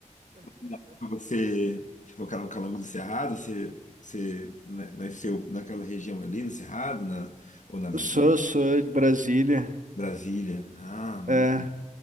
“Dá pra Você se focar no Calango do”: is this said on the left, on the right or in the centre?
Left